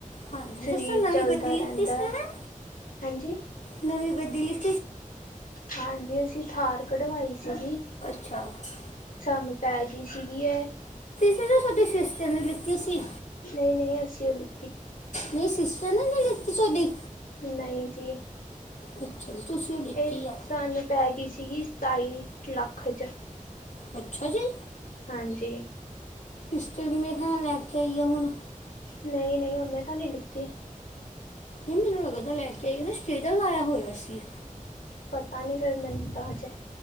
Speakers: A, on the left (about 60°); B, on the left (about 90°).
A: ਹਾਂਜੀ।
B: ਸਰੀਰ
A: ਜਿਸ ਤੇ ਨਵੀਂ
B: ਚੱਲਦਾ
A: ਗੱਦੀ ਲੈਤੀ
B: ਰਹਿੰਦਾ
A: ਸੀ ਨਾ।
B: ਹਾਂਜੀ
A: ਨਵੀਂ ਗੱਦੀ ਲਿਖ
B: ਹਾਂਜੀ। ਅਸੀਂ ਥਾਰ ਕਢਵਾਈ ਸੀਗੀ।
A: ਐਚ <unintelligible>
B: ਸਾਨੂੰ ਪੈ ਗਈ ਸੀਗੀ।
A: ਸੇ ਸਾਡੇ ਸਿਸਟਰ ਨੇ ਲਿੱਤੀ ਸੀ।
B: ਨਹੀਂ- ਨਹੀਂ ਅਸੀ ਹੇਲੀ
A: ਨਹੀਂ ਸਿਸਟਰ ਨੇ ਨਹੀਂ ਲਿੱਤੀ ਤੁਹਾਡੀ।
B: ਨਹੀਂ ਜੀ।
A: ਅੱਛਾ ਜੀ। ਤੁਸੀਂ ਉਹ ਲਿੱਤੀ
B: ਇਹ
A: ਆ
B: ਸਾਨੂੰ ਪੈ ਗਈ ਸੀਗੀ ਸਤਾਈ ਲੱਖ 'ਚ।
A: ਅੱਛਾ ਜੀ!
B: ਹਾਂਜੀ।
A: ਚੱਲੇ ਖਾਣਾ ਲੈ ਕੇ ਆਈ ਆ ਹੁਣ।
B: ਨਹੀਂ- ਨਹੀਂ ਉਹਨੇ ਤਾਂ ਨਹੀਂ ਲਿੱਤੀ।
A: ਨਹੀਂ ਮੈਨੂੰ ਅਗਰ ਲੈ ਕੇ ਆਈਏ ਨਾ ਸਟੇਜ ਲਾਇਆ ਹੋਇਆ ਸੀ।
B: ਪਤਾ ਨਹੀਂ ਫੇਰ ਮੈਨੂੰ ਤਾਂ ਜਾਏ।